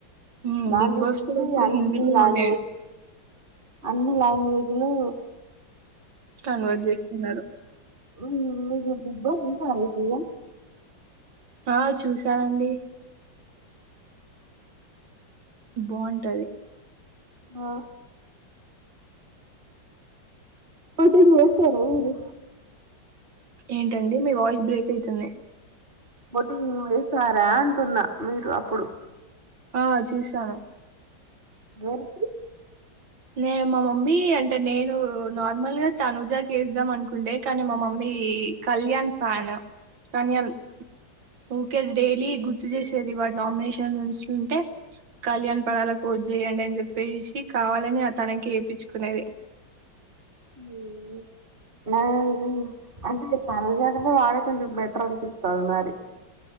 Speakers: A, on the right (about 80°); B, on the right (about 30°).
A: హ్మ్.
B: దాన్ని
A: 'బిగ్ బాస్'
B: చూసి
A: కూడా ఇప్పుడు
B: అన్ని
A: హిందీలో
B: లాంగ్వేజ్
A: ఉండే
B: అన్ని లాంగ్వేజ్లు
A: కన్వర్ట్ చేస్తున్నారు
B: మరి నువ్వే చెప్పుద్దె ఇంకా ఐతదా
A: ఆ చూసానండి బాగుంటది
B: ఆ మసీదు వేసుకోరా మీరు
A: ఏంటండి మీ వాయిస్ బ్రేక్ అయితుంది
B: బొటింగ్ వేసారా అంటున్నా మీరు అప్పుడు
A: ఆ చూసాను
B: దొరికి
A: నే మా మమ్మీ అంటే నేను నార్మల్గా తనుజా వేద్దాం అనుకుంటే కానీ మా మమ్మీ కళ్యాణ్ ఫాను కానీ ఎల్ ఊకే డేలీ గు గుర్తు చేసేది వాడు నామినేషన్ ఉంచ్ ఉంటే కళ్యాణ్ పడాల ఓటు చేయండి అని చెప్పేసి కావాల అని అతనికి ఏపించుకునేది
B: ఊ ఆది అంటే తన కాకంటే వాడే కొంచెం బెటర్ అనిపిస్తడు మరి